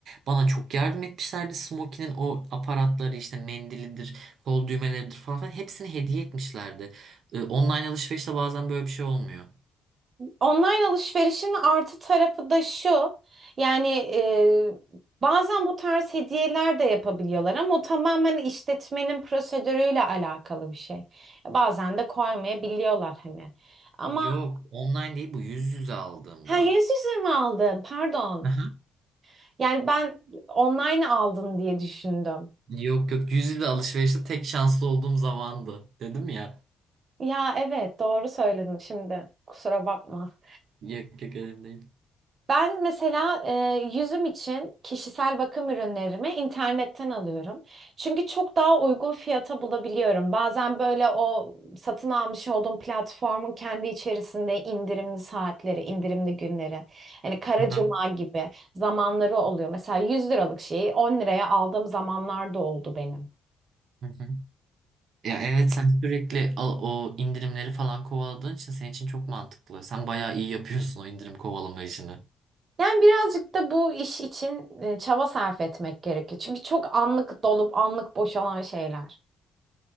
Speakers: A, on the right; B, on the right.
A: Bana çok yardım etmişlerdi. Smokin'in o aparatları işte mendilidir, kol düğmeleridir falan filan hepsini hediye etmişlerdi. Ee, online alışverişte bazen böyle bir şey olmuyor.
B: Online alışverişin artı tarafı da şu. Yani e, bazen bu tarz hediyeler de yapabiliyorlar ama o tamamen işletmenin prosedürüyle alakalı bir şey. Bazen de koymayabiliyorlar hani. Ama
A: Yok online değil bu yüz yüze aldığımda.
B: ha yüz yüze mi aldın? Pardon.
A: Aha.
B: Yani ben online aldın diye düşündüm.
A: Yok yok yüz yüze alışverişte tek şanslı olduğum zamandı. Dedim ya.
B: Ya evet doğru söyledin şimdi. Kusura bakma.
A: Yok yok önemli değil.
B: Ben mesela e, yüzüm için kişisel bakım ürünlerimi internetten alıyorum. Çünkü çok daha uygun fiyata bulabiliyorum. Bazen böyle o satın almış olduğum platformun kendi içerisinde indirimli saatleri, indirimli günleri. Hani Kara
A: Aha.
B: Cuma gibi zamanları oluyor. Mesela 100 liralık şeyi 10 liraya aldığım zamanlar da oldu benim.
A: Hı hı. Ya evet sen sürekli al- o indirimleri falan kovaladığın için senin için çok mantıklı. Sen bayağı iyi yapıyorsun o indirim kovalama işini.
B: Yani birazcık da bu iş için e, çaba sarf etmek gerekiyor. Çünkü çok anlık dolup anlık boşalan şeyler.